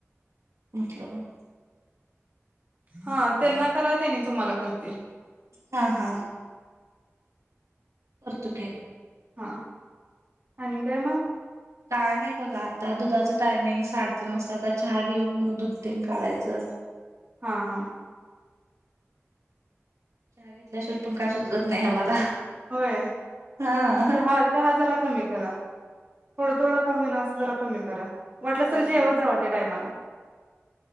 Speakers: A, on the right; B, on the right.
A: मतलब
B: हा त्यांना करा, तेनी तुम्हाला करतील.
A: हा हा करतो की,
B: हा आणि काय मग?
A: काय नाही बघा आता दुधाच टायमिंग साडेतीन वाजता, आता चहा घेऊन मग दूध तेन काढायचं
B: हा हा
A: चहा घेतल्याशिवट पण काय सुधरत नाही आम्हाला
B: होय
A: हा.
B: चहा चहा जरा कमी करा थोडं
A: चहा
B: -थोडं
A: होय
B: का होईना अस जरा कमी करा. वाटलंस
A: होय
B: तर जेवत
A: होय.
B: जावं त्या टायमाला